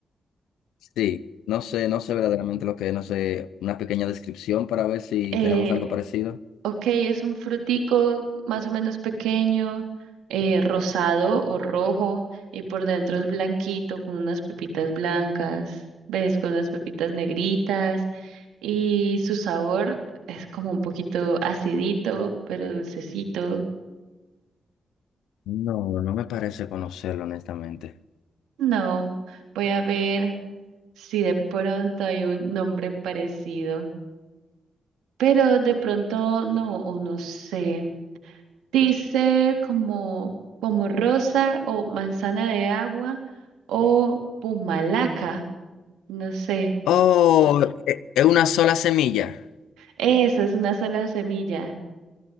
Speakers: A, on the left; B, on the right.
A: sí, no sé, no sé verdaderamente lo que es, no sé, una pequeña descripción para ver si
B: Eh,
A: tenemos algo parecido.
B: ok, es un frutico más o menos pequeño, eh, rosado o rojo, y por dentro es blanquito con unas pepitas blancas, ¿ves? Con unas pepitas negritas. y su sabor es como un poquito acidito, pero dulcecito.
A: No, no me parece conocerlo, honestamente.
B: No, voy a ver si de pronto hay un nombre parecido, pero de pronto no, o no sé. Dice como como rosa o manzana de agua o pumalaca, no sé.
A: Oh, e- es una sola semilla.
B: Esa es una sola semilla.